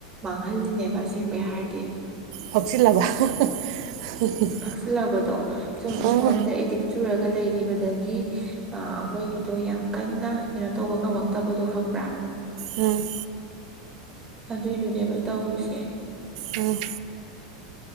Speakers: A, on the right; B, on the right.
A: ꯃꯥꯡꯍꯜꯂꯤꯅꯦꯕ ꯑꯁꯦꯡꯕꯩ ꯍꯥꯏꯔꯗꯤ
B: ꯐꯛꯆꯤꯜꯂꯕ <unintelligible>
A: ꯀꯛꯁꯤꯜꯂꯕꯗꯣ ꯁꯨꯝ
B: ꯎꯝ
A: ꯐꯣꯟꯗ ꯑꯦꯗꯤꯛ ꯆꯨꯔꯒ ꯂꯩꯒꯤꯕꯗꯒꯤ ꯑ ꯑꯩꯈꯣꯏꯒꯤꯗꯣ ꯌꯥꯝ ꯀꯟꯅ ꯀꯩꯅꯣ ꯇꯧꯕ ꯉꯝꯃꯛꯇꯕꯗꯣ ꯈꯪꯕ꯭ꯔꯥ
B: ꯎꯝ
A: ꯑꯗꯨꯏꯗꯨꯅꯦꯕ ꯇꯧꯔꯤꯁꯦ
B: ꯎꯝ